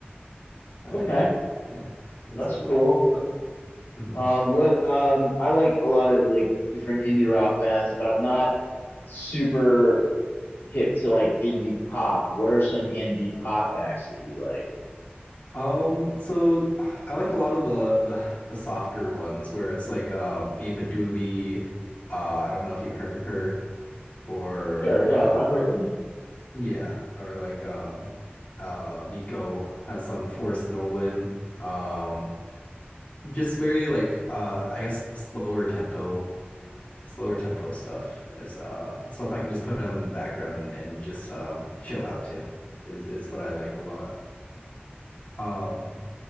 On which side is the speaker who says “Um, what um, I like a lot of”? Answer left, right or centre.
Left